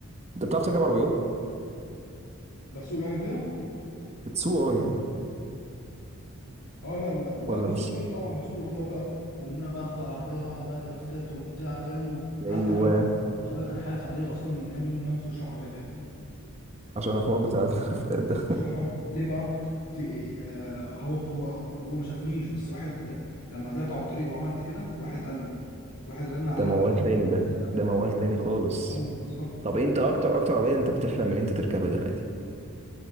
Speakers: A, on the right (about 30°); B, on the left (about 85°).
A: انت بتعرف تركب عربيات
B: بسوق يعني كده
A: بتسوق اه يعني
B: اه لا لا لا
A: ولا
B: بسوق
A: مش
B: ايوه طبعا بسوق كده وبقى ومنها بقى اخد عربيه بقعد بقى درافتات وبتاع فاهم حتى
A: ايوه
B: كان ابويا كان حالف عليا اصلا من كام يوم ان انا ما اسوقش عربيه تاني
A: عشان الحوار بتاع <laughs> النفطات ده
B: عشان الحوار ليه بقى في إيه، آه هو هو هو ما شافنيش بس واحد لما طلعت على الطريق وعملت كده واحد قال له واحد رن عليه
A: ده موال
B: وقال
A: تاني
B: له
A: ده
B: ساعتها بقى
A: ده موال تاني خالص
B: قال له بالظبط
A: طب انت اكتر اكتر عربيه انت بتحلم ان انت تركبها دلوقتي